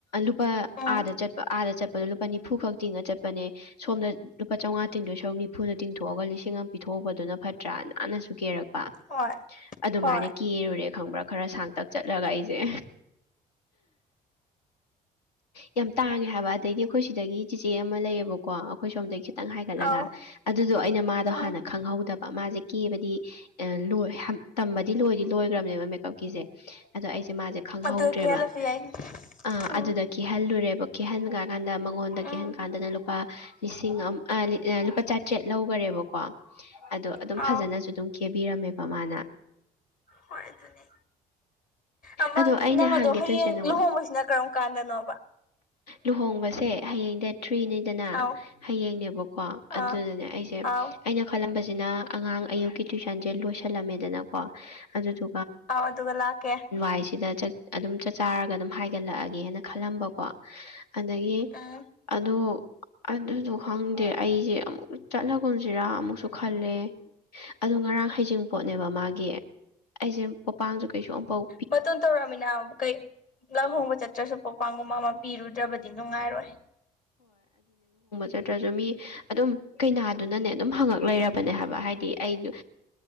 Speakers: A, on the left; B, on the left.
A: ꯂꯨꯄꯥ
B: ꯎꯝ
A: ꯑꯥꯗ ꯆꯠꯄ ꯑꯥꯗ ꯆꯠꯄ ꯣ ꯂꯨꯄꯥ ꯅꯤꯐꯨꯈꯛ ꯇꯤꯡꯉ ꯆꯠꯄꯅꯦ ꯁꯣꯝ ꯂꯨꯄꯥ ꯆꯥꯝꯃꯉꯥ ꯇꯤꯡꯗꯣꯏ ꯁꯛ ꯅꯤꯐꯨꯅ ꯇꯤꯡꯊꯣꯛꯑꯒ ꯂꯤꯁꯤꯡ ꯑꯃ ꯄꯤꯊꯣꯛ ꯍꯧꯕꯗꯨꯅ ꯐꯠꯇ꯭ꯔꯥ ꯅꯥꯟꯅꯁꯨ ꯀꯦꯔꯛꯄ
B: ꯍꯣꯏ
A: ꯑꯗꯨꯃꯥꯏꯅ
B: ꯍꯣꯏ
A: ꯀꯦꯔꯨꯔꯦ ꯈꯪꯕ꯭ꯔꯥ ꯈꯔ ꯁꯥꯡꯇꯛ ꯆꯠꯂꯒ ꯑꯩꯁꯦ ꯌꯥꯝ ꯇꯥꯡꯉꯦ ꯍꯥꯏꯕ ꯑꯗꯩꯗꯤ ꯑꯩꯈꯣꯏ ꯁꯤꯗꯒꯤ ꯆꯦꯆꯦ ꯑꯃ ꯂꯩꯌꯦꯕꯀꯣ ꯑꯩꯈꯣꯏ ꯁꯣꯝꯗꯗꯒꯤ ꯈꯤ ꯈꯤꯇꯪ ꯍꯥꯏꯒꯠꯂꯒ
B: ꯑꯧ
A: ꯑꯗꯨꯗꯣ ꯑꯩꯅ ꯃꯥꯗꯣ
B: ꯎꯝ
A: ꯍꯥꯟꯅ ꯈꯪꯍꯧꯗꯕ ꯃꯥꯁꯦ ꯀꯦꯕꯗꯤ ꯂꯣꯏ ꯇꯝꯕꯗꯤ ꯂꯣꯏꯗꯤ ꯂꯣꯏꯈ꯭ꯔꯕꯅꯦꯕ ꯃꯦꯀꯞꯀꯤꯁꯦ ꯑꯗꯣ ꯑꯩꯁꯦ ꯃꯥꯁꯦ ꯈꯪꯍꯧꯗ꯭ꯔꯦꯕ
B: ꯑꯗꯨ ꯀꯦꯍꯜꯂꯁꯨ ꯌꯥꯏ
A: ꯑ
B: ꯎꯝ
A: ꯑꯗꯨꯗ ꯀꯤꯍꯜꯂꯨꯔꯦꯕ ꯀꯤꯍꯟ ꯀ ꯀꯥꯟꯗ ꯃꯉꯣꯟꯗ
B: ꯎꯝ
A: ꯀꯦꯍꯟ ꯀꯥꯟꯗꯅ ꯂꯨꯄꯥ ꯂꯤꯁꯤꯡ ꯂꯨꯄꯥ ꯆꯥꯇ꯭ꯔꯦꯠ ꯂꯧꯈꯔꯦꯕꯀꯣ ꯑꯗꯣ ꯑꯗꯨꯝ
B: ꯑꯥꯎ
A: ꯐꯖꯅꯁꯨ ꯑꯗꯨꯝ ꯈꯦꯕꯤꯔꯝꯃꯦꯕ ꯃꯥꯅ
B: ꯍꯣꯏ ꯑꯗꯨꯅꯤ ꯑꯃ
A: ꯑꯗꯣ ꯑꯩꯅ
B: ꯅꯪ
A: ꯍꯪꯒꯦ
B: ꯑꯗꯣ ꯍꯌꯦꯡ
A: ꯇꯧꯔꯤꯁꯦ ꯅꯉꯣꯟ
B: ꯂꯨꯍꯣꯡꯕꯁꯤꯅ ꯀꯔꯝ ꯀꯥꯟꯗꯅꯣꯕ
A: ꯂꯨꯍꯣꯡꯕꯁꯦ ꯍꯌꯦꯡꯗ ꯊ꯭ꯔꯤꯅꯤꯗꯅ
B: ꯑꯥꯎ
A: ꯍꯌꯦꯡꯅꯦꯕꯀꯣ
B: ꯑꯥ
A: ꯑꯗꯨꯗꯅꯦ ꯑꯩꯁꯦ
B: ꯑꯥꯎ
A: ꯑꯩꯅ ꯈꯜꯂꯝꯕꯁꯦ ꯁꯤꯅ ꯑꯉꯥꯡ ꯑꯌꯨꯛꯀꯤ ꯇ꯭ꯋꯏꯁꯟꯁꯦ ꯂꯣꯏꯁꯜꯂꯝꯃꯦꯗꯅꯀꯣ ꯑꯗꯨꯗꯨ
B: ꯑꯥꯎ ꯑꯗꯨꯒꯒꯂꯀꯦ
A: ꯍꯥꯏꯁꯤꯗ ꯑꯗꯨꯝ ꯆꯥꯛ ꯆꯥꯔꯒ ꯑꯗꯨꯝ ꯍꯥꯏꯒꯠꯂꯛꯑꯒꯦꯅ ꯈꯜꯂꯝꯕꯀꯣ ꯑꯗꯒꯤ
B: ꯎꯝ
A: ꯑꯗꯣ ꯑꯗꯨꯗꯣ ꯈꯪꯗꯦ ꯑꯩꯁꯦ ꯑꯃꯨꯛ ꯆꯠꯂꯒꯨꯝꯁꯤꯔꯥ ꯑꯃꯨꯛꯁꯨ ꯈꯜꯂꯦ ꯑꯗꯣ ꯉꯔꯥꯡ ꯍꯩꯖꯤꯡꯄꯣꯠꯅꯦꯕ ꯃꯥꯒꯤ ꯑꯩꯁꯦ ꯄꯄꯥꯡꯁꯨ ꯀꯩꯁꯨ ꯑꯃꯝꯐꯧ
B: ꯃꯇꯨꯡ ꯇꯧꯔꯛꯃꯤꯅ ꯀꯩ ꯂꯍꯣꯡꯕ ꯆꯠꯇ꯭ꯔꯁꯨꯣꯛ ꯄꯥꯡꯒꯨꯝ ꯑꯃ ꯄꯤꯔꯨꯗ꯭ꯔꯕꯗꯤ ꯅꯨꯡꯉꯥꯏꯔꯣꯏ
A: ꯅꯠꯇ꯭ꯔꯁꯨ ꯃꯤ ꯑꯗꯨꯝ ꯀꯩꯅꯥꯗꯨꯅꯅꯦ ꯑꯗꯨꯝ ꯍꯪꯉꯛ ꯂꯩꯔꯕꯅꯦ ꯍꯥꯏꯕ ꯍꯥꯏꯗꯤ ꯑꯩꯗ